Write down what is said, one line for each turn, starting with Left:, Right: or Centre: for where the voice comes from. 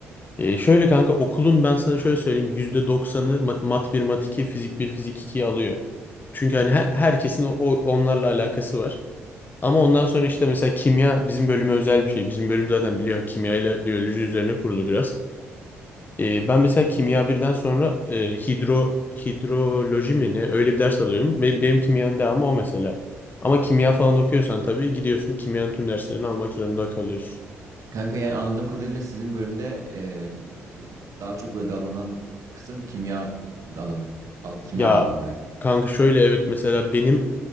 Left: Ee, şöyle kanka okulun ben sana şöyle söyleyeyim yüzde doksanı mat, mat bir mat 2, fizik bir fizik 2'yi alıyor. Çünkü hani her- herkesin o, o- onlarla alakası var. Ama ondan sonra işte mesela kimya bizim bölüme özel bir şey. Bizim bölüm zaten biliyorsun kimya ile biyoloji üzerine kurulu biraz. Ee, ben mesela kimya birden sonra e, hidro hidroloji mi ne öyle bir ders alıyorum. Benim, benim kimyanın devamı o mesela. Ama kimya falan okuyorsan tabii gidiyorsun kimyanın tüm derslerini almak zorunda kalıyorsun.
Right: kanka yani anladığım kadarıyla sizin bölümde e, e, daha çok böyle dallanan kısım kimya alanı. Al- kimya
Left: Ya
Right: dallanıyor yani.
Left: kanka şöyle evet mesela benim